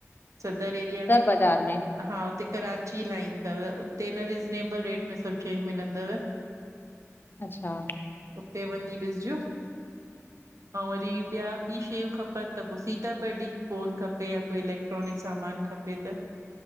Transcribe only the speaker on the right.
सदर एरिया में
हा हुते कराची लाइन तव उते न रिज़नेबल रेट में सब शयूं मिलंदव।
उते वञी ॾिसजो। ऐं वरी ॿिया ॿी शयूं खपन त पो सीता बर्डी फोन खपे या कोई इलेक्ट्रॉनिक सामान खपे। त